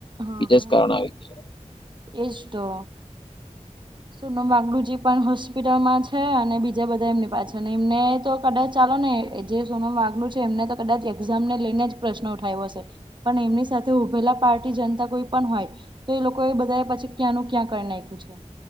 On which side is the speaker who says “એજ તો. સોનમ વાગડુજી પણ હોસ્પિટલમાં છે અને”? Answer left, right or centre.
Right